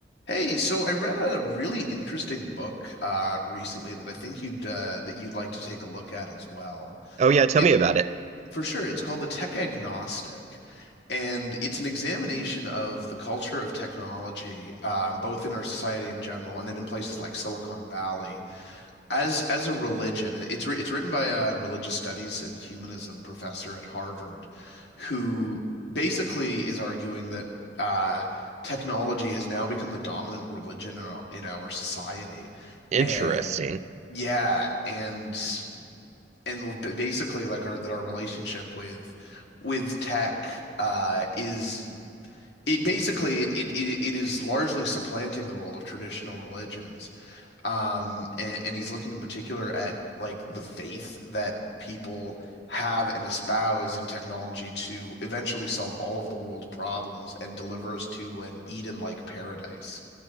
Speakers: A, on the left; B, on the right.
A: Hey, so I read a really interesting book uh, recently that I think you'd uh, that you'd like to take a look at as well.
B: Oh yeah, tell
A: It
B: me about it.
A: for sure, it's called The Tech Agnostic, and it's an examination of the culture of technology, um, both in our society in general and then in places like Silicon Valley as as a religion it's wri- it's written by a religious studies and humanism professor at Harvard who basically is arguing that uh, technology has now become the dominant religion in our, in our society
B: Interesting.
A: and yeah and and b- basically like our that our relationship with with tech uh, is it basically it, it it it is largely supplanting the role of traditional religions um, and, and he's looking in particular at like the faith that people have and espouse in technology to eventually solve all of the world's problems and deliver us to an Eden-like paradise.